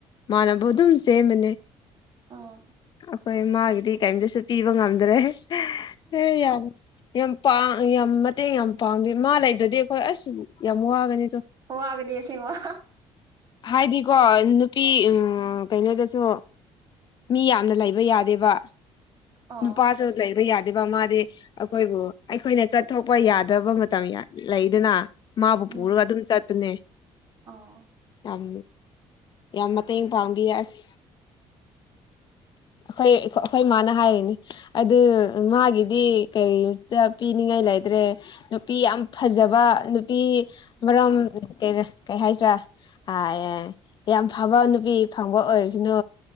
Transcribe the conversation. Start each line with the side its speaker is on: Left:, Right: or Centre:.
Left: ꯃꯥꯅꯕꯨ ꯑꯗꯨꯝ ꯆꯦꯟꯕꯅꯦ
Right: ꯑꯥ
Left: ꯑꯩꯈꯣꯏ ꯃꯥꯒꯤꯗꯤ ꯀꯩꯝꯇꯁꯨ ꯄꯤꯕ ꯉꯝꯗ꯭ꯔꯦ ꯑꯦ ꯌꯥꯝ ꯌꯥꯝ ꯄꯥꯡ ꯌꯥꯝ ꯃꯇꯦꯡ ꯌꯥꯝ ꯄꯥꯡꯕꯤ ꯃꯥ ꯂꯩꯇ꯭ꯔꯥꯗꯤ ꯑꯩꯈꯣꯏ ꯑꯁ ꯌꯥꯝ ꯋꯥꯒꯅꯤꯇꯣ
Right: ꯋꯥꯒꯅꯤ ꯑꯁꯦꯡꯕ
Left: ꯍꯥꯏꯗꯤꯀꯣ ꯅꯨꯄꯤ ꯎꯝ ꯀꯩꯅꯣꯗꯁꯨ ꯃꯤ ꯌꯥꯝꯅ ꯂꯩꯕ ꯌꯥꯗꯦꯕ
Right: ꯑꯣ
Left: ꯅꯨꯄꯥꯁꯨ ꯂꯩꯕ ꯌꯥꯗꯦꯕ ꯃꯥꯗꯤ ꯑꯩꯈꯣꯏꯕꯨ ꯑꯩꯈꯣꯏꯅ ꯆꯠꯊꯣꯛꯄ ꯌꯥꯗꯕ ꯃꯇꯝ ꯌꯥꯝ ꯂꯩꯗꯅ ꯃꯥꯕꯨ
Right: ꯎꯝ
Left: ꯄꯨꯔꯒ ꯑꯗꯨꯝ ꯆꯠꯇꯅꯦ
Right: ꯑꯣ
Left: ꯌꯥꯝ ꯌꯥꯝ ꯃꯇꯦꯡ ꯄꯥꯡꯕꯤ ꯑꯁ ꯑꯩꯈꯣꯏ ꯑꯩ ꯑꯩꯈꯣꯏ ꯃꯥꯅ ꯍꯥꯏꯔꯤꯅꯤ ꯑꯗꯨ ꯃꯥꯒꯤꯗꯤ ꯀꯔꯤꯇ ꯄꯤꯅꯤꯡꯉꯥꯏ ꯂꯩꯇ꯭ꯔꯦ ꯅꯨꯄꯤ ꯌꯥꯝ ꯐꯖꯕ ꯅꯨꯄꯤ ꯃꯔꯝ ꯀꯩꯕ ꯀꯩ ꯍꯥꯏꯁꯤꯔꯥ ꯑꯥ ꯑꯦ ꯌꯥꯝ ꯐꯕ ꯅꯨꯄꯤ ꯐꯪꯕ ꯑꯣꯏꯔꯁꯅꯨ